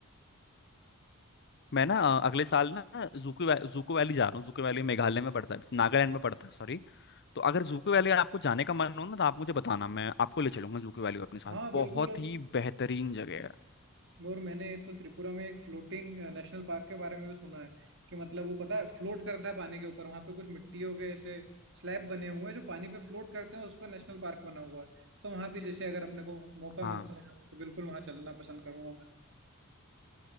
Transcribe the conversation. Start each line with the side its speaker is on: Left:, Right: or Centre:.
Left: मैं ना अ, अगले साल ना जूको वै, जूको वैली जा रहा हूँ जूको वैली मेघालय में पड़ता है नागालैंड में पड़ता है सॉरी तो अगर जूको वैली आपको जाने का मन हो ना तो आप मुझे बताना मैं आपको ले चलूंगा जूको वैली अपने साथ
Right: हाँ बिल्कुल
Left: बहुत
Right: और
Left: ही बेहतरीन जगह है
Right: और मैंने तो त्रिपुरा में एक फ्लोटिंग नेशनल पार्क के बारे में भी सुना है कि मतलब वो पता है फ्लोट करता है पानी के ऊपर वहां पे कुछ मिट्टियों के ऐसे स्लैब बने हुए हैं जो पानी पे फ्लोट करते हैं और उस पर नेशनल पार्क बना हुआ है तो वहां भी जैसे अगर अपने को मौका
Left: हाँ
Right: मिलता है हमें तो बिल्कुल वहां चलना पसंद करूंगा मैं